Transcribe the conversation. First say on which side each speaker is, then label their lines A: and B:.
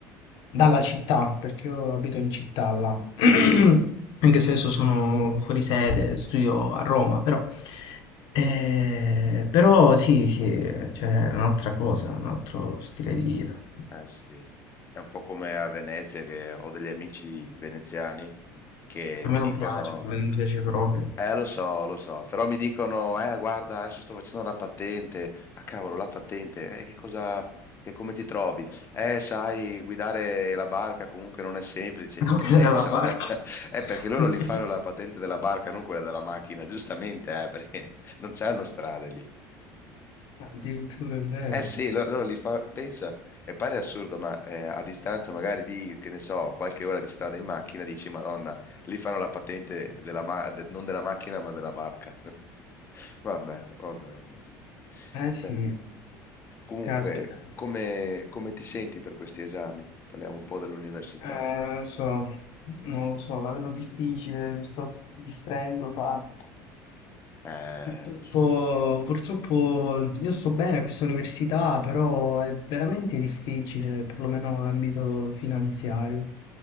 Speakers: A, on the left; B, on the left.
A: dalla città, perché io abito in città là. <clears throat> Anche se adesso sono fuori sede, studio a Roma, però, eh,
B: mm.
A: però sì, sì, cioè, è un'altra cosa, un altro stile di vita.
B: Eh sì, è un po' come a Venezia che ho degli amici veneziani che
A: A
B: mi
A: me
B: dicono,
A: non piace, a me non piace proprio.
B: eh lo so,
A: <laughs>
B: lo so, però mi dicono, eh guarda, adesso sto facendo la patente, ah cavolo, la patente, eh, che cosa, che come ti trovi? Eh sai, guidare la barca comunque non è semplice,
A: Non
B: in che
A: creare
B: senso?
A: la macchina.
B: <laughs> Eh perché loro
A: <laughs>
B: li fanno la patente della barca, non quella della macchina, giustamente, eh, perché <laughs> non c'hanno strade lì.
A: Addirittura è vero.
B: Eh sì, lo- loro li fa, pensa, e pare assurdo, ma eh, a distanza magari di, che ne so, qualche ora di strada in macchina, dici, Madonna, lì fanno la patente della ma- de- non della macchina, ma della barca. <laughs> Vabbè, vabbè, vabbè.
A: Eh sì,
B: Bene. Comunque,
A: caspita.
B: come, come ti senti per questi esami? Parliamo un po' dell'università.
A: Eh, non lo so, non lo so, la vedo difficile, mi sto distraendo tanto.
B: Eh,
A: Purtroppo,
B: lo so.
A: purtroppo io sto bene a questa università, però è veramente difficile, perlomeno nell'ambito finanziario.